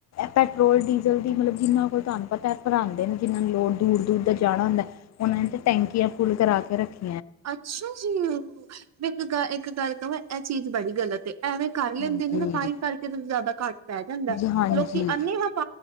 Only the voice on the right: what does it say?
ਅੱਛਾ ਜੀ। ਮੈਂ ਇੱਕ ਗ ਇੱਕ ਗੱਲ ਕਵਾ ਐ ਚੀਜ਼ ਬੜੀ ਗਲਤ ਏ ਐਵੇਂ ਕਰ
ਲੈਂਦੇ ਨੇ ਨਾ ਤਾਂ ਈ ਕਰਕੇ ਤਾਂ ਫਿਰ ਜ਼ਿਆਦਾ ਘੱਟ ਪੈ ਜਾਂਦਾ
ਲੋਕੀ ਐੰਨਨੀ ਵਪ